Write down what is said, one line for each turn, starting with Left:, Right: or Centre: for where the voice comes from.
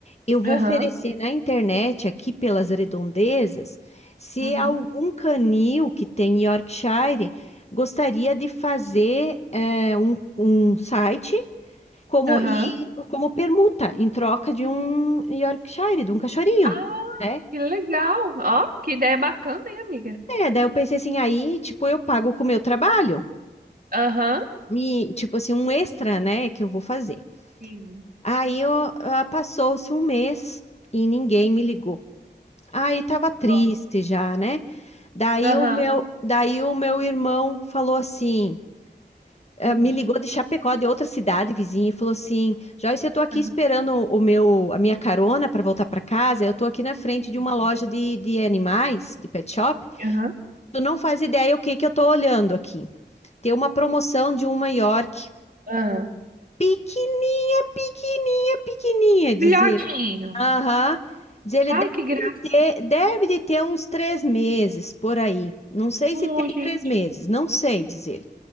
Left: eu vou
Right: Aham.
Left: oferecer na internet, aqui pelas redondezas, se
Right: Uhum.
Left: algum canil que tem Yorkshire gostaria de fazer eh, um um site. como
Right: Aham.
Left: e como permuta em troca de um Yorkshire, de um cachorrinho,
Right: Ah,
Left: né?
Right: que legal. Ó, que ideia bacana, hein, amiga?
Left: É, daí eu pensei assim, aí, tipo, eu pago com o meu trabalho,
Right: Aham.
Left: e, tipo assim, um extra, né, que eu vou fazer.
Right: Sim.
Left: Aí eu, ah, passou-se um mês e ninguém me ligou. Aí tava triste
Right: Nossa.
Left: já, né? Daí
Right: Aham.
Left: o meu, daí o meu irmão falou assim: eh,
Right: Hum.
Left: me ligou de Chapecó, de outra cidade vizinha, e falou assim: Joyce, eu tô aqui
Right: Aham.
Left: esperando o meu, a minha carona para voltar para casa. Eu tô aqui na frente de
Right: Sim.
Left: uma loja de, de animais, de pet shop.
Right: Aham.
Left: Tu não faz ideia o que que eu tô olhando aqui. Tem uma promoção de uma York
Right: Aham.
Left: pequena, pequenininha, pequenininha, dizer
Right: Filhotinho.
Left: Aham. Diz ele
Right: Ai,
Left: deve
Right: que graça.
Left: de ter, deve de ter uns três meses por aí. Não sei
Right: Oh,
Left: se tem
Right: gente.
Left: três meses, não sei, diz ele.